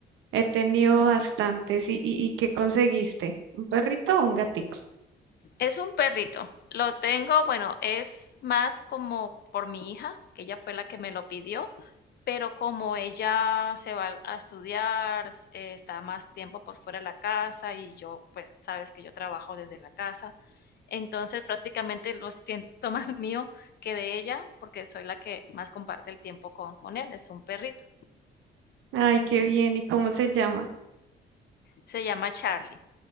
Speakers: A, on the right (about 85°); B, on the left (about 55°).
A: He tenido bastantes. ¿Y, y, y qué conseguiste? ¿Un perrito o un gatito?
B: Es un perrito. Lo tengo, bueno, es más como por mi hija, que ella fue la que me lo pidió, pero como ella se va a estudiar, eh, está más tiempo por fuera de la casa y yo, pues sabes que yo trabajo desde la casa, entonces prácticamente lo siento <laughs> más mío que de ella, porque soy la que más comparte el tiempo con, con él. Es un perrito.
A: Ay, qué bien. ¿Y cómo se llama?
B: Se llama Charlie.